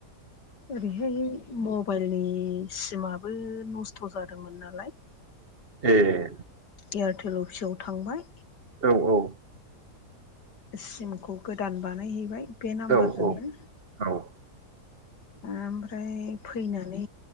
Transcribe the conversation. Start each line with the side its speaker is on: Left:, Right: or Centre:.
Left: ओरैहाय मबाइलनि सिमाबो नस्थ' जादोंमोन नालाय <inaudible>
Right: ए
Left: एयारटेल अफिसाव थांबाय
Right: औ औ
Left: सिमखौ गोदान बानायहैबाय। बे
Right: औ
Left: नाम्बारजोंनो
Right: औ औ
Left: ओमफ्राय फैनानै